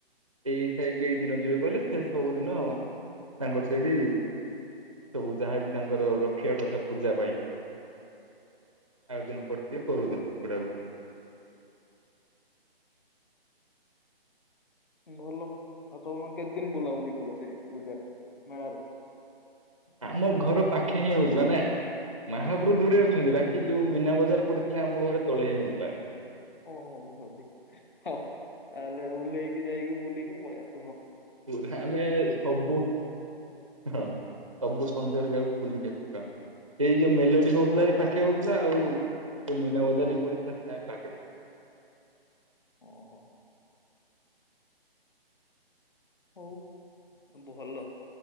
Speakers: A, on the right (about 35°); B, on the left (about 55°).
A: ଏଇ ସାହିକୁ ଏଇ ଦିନ ଯିବେ କହିଲଲେ ସେ ସବୁଦିନ ତାଙ୍କର ସେଇଠି ସବୁ ଯାହାବି ତାଙ୍କର ରଖିବା କଥା ପୂଜା ପାଇଁ ଆଉଜନ କରଛି
B: ଓହୋ
A: କରୁଛ ସେଡ ଭ
B: ଭଲ ଆଉ ତମେ କେତେ ଦିନ ବୁଲାବୁଲି କଲ ସେ ପୂଜାରେ ମେଳାରେ?
A: ଆମ ଘର ପାଖେ ହିଁ ହଉଛି ମାନେ ମହାପ୍ରଭ ଦୂରେ ଅଛନ୍ତି ବାକି ଯୋଉ ମୀନା ବଜାର ପଡିଥିଲା ଆମ ଘରେ ତଳେ ହିଁ ଉଠଥିଲା
B: ଓହୋ ଭଲଦ ହଉ ତାହେଲେ ଓହ୍ଲେଇକି ଯାଇକି ବୁଲିକି ପଳେଇଆସ।
A: ପା ଆମେ ସବୁ ହଁ ସବୁ ସନ୍ଧ୍ୟାରେ ଯାଉ ବୁଲିକି ଆସ ଏଇ ଯୋଉ ମେଲୋଡି ହଉଥିଲା ଏଇ ପାଖେ ହଉଥିଲା ଆଉ ତ ମନା ବଜାର ବି ପଥିଲା ସୋଇ ପାଖେ ପଥିଲା
B: ଓହୋ। ହଉ ଭଲ